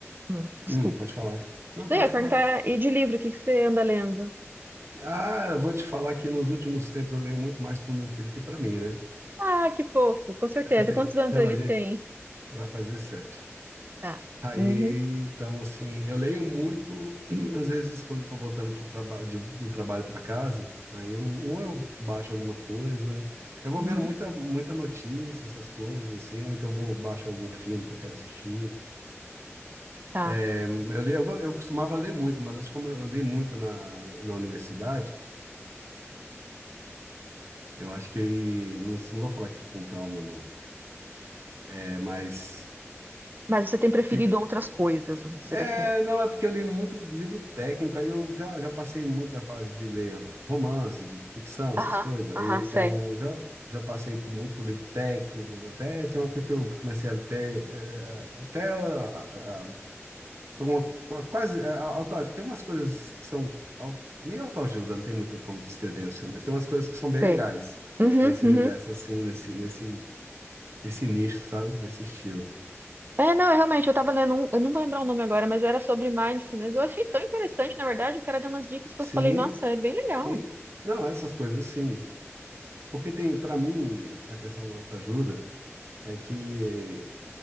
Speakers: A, on the right; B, on the right.
A: hum, desculpa.
B: Hum, pode falar. Não,
A: Daí
B: pode
A: eu ia
B: falar.
A: perguntar, e de livro, o que que você anda lendo?
B: Ah, eu vou te falar que nos últimos tempos eu leio muito mais para o meu filho que para mim, né?
A: Ah, que fofo, com
B: <laughs>
A: certeza.
B: Eu tenho
A: Quantos
B: que-
A: anos
B: Então
A: ele
B: a gente
A: tem?
B: vai fazer sete.
A: Tá.
B: Aí,
A: Uhum.
B: então, assim, eu leio muito, <clears throat> às vezes, quando eu tô voltando pro traba de- do trabalho para casa, aí eu, ou eu baixo alguma coisa, eu vou
A: Uhum,
B: vendo muita, muita notícia, essas coisas, assim, ou então eu vou baixo algum filme que eu quero assistir.
A: tá.
B: É, Eu li, eu, go- eu costumava ler muito, mas acho que como eu li muito na, na universidade, eu acho que, não, não vou falar que ficou um trauma, não, é, mas
A: Mas você tem preferido
B: fi-
A: outras coisas, vamos dizer
B: É,
A: assim.
B: não, é porque eu li muito livro técnico, aí eu já, já passei muito da fase de ler romance, de ficção, essas
A: Aham,
B: coisas. Aí
A: aham, sei,
B: tem um, já, já passei por, muito por livro técnico, até tem uma época que eu comecei a ter, eh, até ah, ah, alguma, quase, ah, auto, tem umas coisas que são au- meio autoajuda, não tem muito como descrever assim, mas tem umas coisas que são bem
A: sei.
B: legais
A: Uhum,
B: nesse
A: uhum.
B: universo assim, nesse, nesse, nesse nicho, sabe? Nesse estilo.
A: É, não, é, realmente, eu tava lendo um, eu não vou lembrar o nome agora, mas era sobre mindfulness. Eu achei tão interessante, na verdade, o cara deu umas dicas que
B: Sim,
A: eu falei, nossa, é bem legal.
B: sim. Não, essas coisas sim. Porque tem, para mim, a questão da autoajuda é que